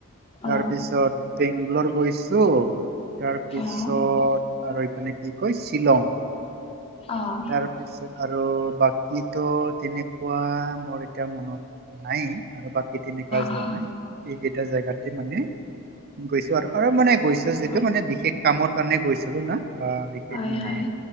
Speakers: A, on the right; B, on the left.
A: তাৰপিছত
B: অ',
A: বেংগলৰ গৈছো তাৰপিছত
B: অ', অ',
A: আৰু এইফানে কি কয় শ্বিলং
B: অ',
A: তাৰপিছত আৰু বাকীটোো তেনেকুৱা মোৰ এতিয়া মনত নাই আৰু বাকী তেনেকুৱা যোৱা
B: অ',
A: নাইেই এটা জেগাতে মানে গৈছো আৰু আৰু মানে গৈছো
B: অ',
A: যিহেতু মানে বিশেষ কামৰ কাৰণে গৈছিলো না আহ বিশেষ
B: হয়,
A: মানে
B: হয়,